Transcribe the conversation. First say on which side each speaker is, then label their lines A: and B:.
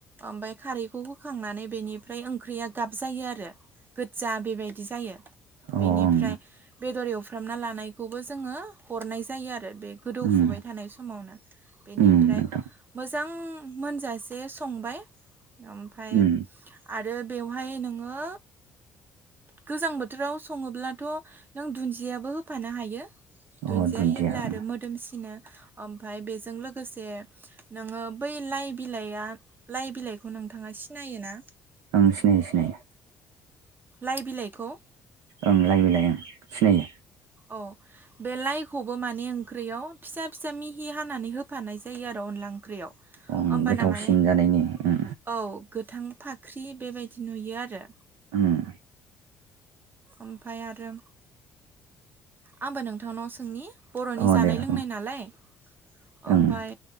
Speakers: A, on the right; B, on the right.
A: ओमफ्राय खारैखौ होखांनानै बेनिफ्राय ओंख्रिया गाब जायो आरो- गोज्जा बेबायदि जायो
B: अ ओं
A: बेनिफ्राय बेदर एवफु फ्रामना लानायखौबो जोङो हरनाय जायो आरो- बे गोदौफुबाय
B: अ ओं ओम
A: थानाय समावनो बेनिफ्राय
B: ओम नोंथां
A: मोजां- मोनजासे संबाय ओमफ्राय
B: ओम
A: आरो बेवहाय नोङो गोजां बोथोराव सङोब्लाथ' नों दुन्दियाबो होफानो हायो।
B: अ
A: दुन्जिया
B: दुन्दिया
A: होयोब्ला
B: ओं
A: आरो मोदोमसिनो ओमफाय बेजों लोगोसे नोङो बै लाइ बिलाइआ लाइ बिलाइखौ नोंथाङा सिनायोना?
B: ओं सिनायो सिनायो
A: लाइ बिलाइखौ-
B: ओं लायबिलाय ओं सिनायो
A: अ बे लाइखौबो माने ओंख्रियाव फिसा फिसा मिहि हानानै होफानाय जायो आरो अनला ओंख्रियाव
B: ओं
A: होमबाना
B: गोथावसिन
A: माने
B: जानायनि ओं
A: औ गोथां फाख्रि बेबायदि नुयो आरो
B: ओम
A: ओमफाय आरो आंबो नोंथांनाव सोंनि बर'नि
B: अ
A: जानाय
B: दे
A: लोंनाय
B: ओं
A: नालाय ओमफाय
B: ओं